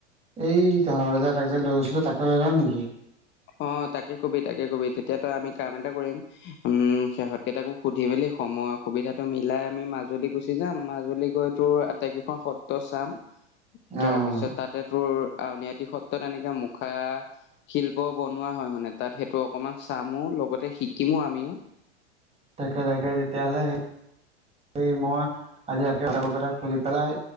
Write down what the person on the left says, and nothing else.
অ' তাকে কবি তাকে কবি তেতিয়া তই আমি কাম এটা কৰিম উম সেহত কেইটাকো সুধি মেলি সময় সুবিধাটো মিলাই আমি মাজুলী গুচি যাম মাজুলী গৈ তোৰ আটাইকেইখন সত্ৰ চাম। তাৰপিছত
তাতে তোৰ আউনীআটি সত্ৰত এনেকে মুখা শিল প বনোৱা হয় মানে তাত সেইটো অকমান চামো লগতে শিকিমো আমিও।